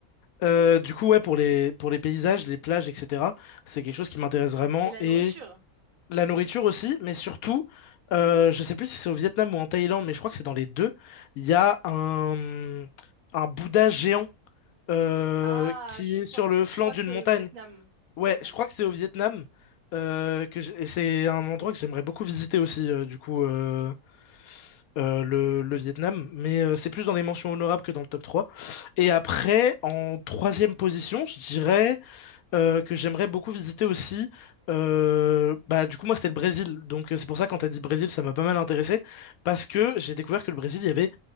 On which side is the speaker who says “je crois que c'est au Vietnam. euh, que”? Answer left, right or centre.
Left